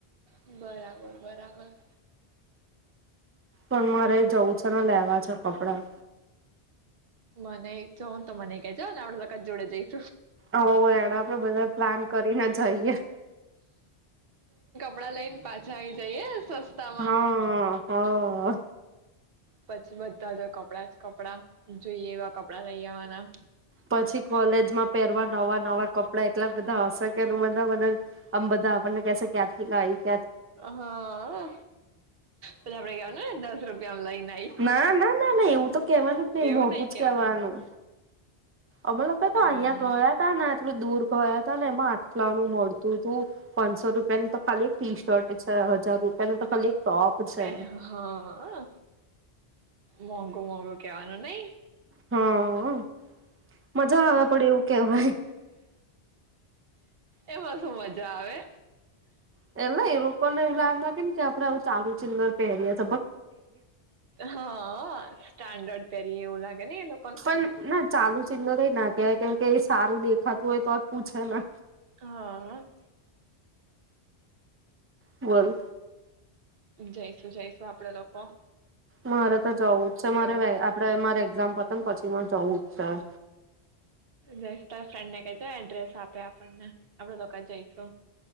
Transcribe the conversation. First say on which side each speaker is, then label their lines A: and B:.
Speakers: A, on the right; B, on the right.
A: બરાબર બરાબર. હ.
B: પણ મારે જવું છે ને લેવા છે કપડા.
A: મને ચો તો મને કજો ને આપડત જોડે જાય.
B: હો એડ આપડે બધા પ્લાન કરીને જઈએ.
A: કપડા લઈને પાછા આવીઈ જઈએ. સસ્તામાં
B: હા હા.
A: પછી બધા જ કપડા જ કપડા. જોઈએ એવા કપડા લઈ આવવાના.
B: પછી કોલેજમાં પહેરવા નવા નવા કપડા એટલા બધા એશે. યાર બધા બદલ આમ બધા આપણને કેસે કે ક્યાંથી ના કાયી.
A: હા પલા રયા હ દસ રૂપિયામાં લઈ.
B: ના ના ના ના એવું તો કેવાનું જ નહી
A: એવું
B: મોઘું
A: નઈ
B: જ કેવાનું. અમે લોકો
A: હમ
B: તો અહિયાં ગયા તા ને. થોડું દૂર ગયા ત ને એમાં આટલા નું મળતું હતું પાંચસો રૂપિયાનું તો ખાલી એક ટી શર્ટ છે હજાર રૂપિયાનું તો ખાલી ટોપ છે
A: પે હા. મોંઘું મોંઘું કેવાનું નહી.
B: હા. મજા આવે પણ એવું કેવાય
A: એમાં શું મજા આવે.
B: એટલે એ લોકો ને એવું લાગ લાગે ને કે આપડે આવું ચાલુ ચિલર પહેરયા.
A: હા સ્ટાન્ડર્ડ તરી એવું લાગે ને એ લોકોને.
B: પણ ના ચાલુ ચિલ્લર એ ના કહેવાય કેમ કે એ સારું દેખાતું હોય તો પૂછે જ. ને
A: હા.
B: બોલ.
A: જઈશુ જઈશું આપડે લોકો.
B: મારા. તો જવું જ છે મારે
A: એવું
B: આપડે મારે એક્ઝામ પત પછી. માં ચૌદ ચાર
A: જ તારી ફ્રેન્ડ ને કસે એડ્રેસ આપે આપણને આપડે લોકો જઈશું